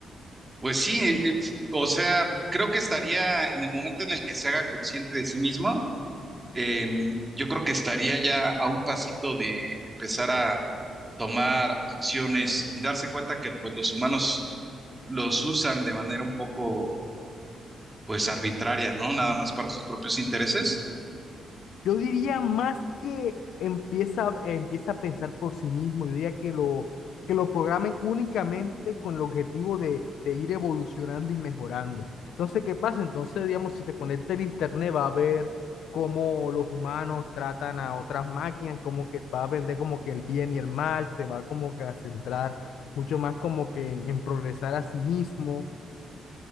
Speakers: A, on the right (about 20°); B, on the left (about 85°).
A: Pues sí, eh, o sea, creo que estaría en el momento en el que se haga consciente de sí mismo, em, yo creo que estaría ya a un pasito de empezar a tomar acciones y darse cuenta que pues los humanos los usan de manera un poco pues arbitraria, ¿no? Nada más para sus propios intereses.
B: Yo diría más que empieza, empieza a pensar por sí mismo, yo diría que lo, que lo programen únicamente con el objetivo de, de ir evolucionando y mejorando. Entonces, ¿qué pasa? Entonces, digamos, si se conecta el internet, va a ver cómo los humanos tratan a otras máquinas, como que va a vender como que el bien y el mal, se va como que a centrar mucho más como que en, en progresar a sí mismo.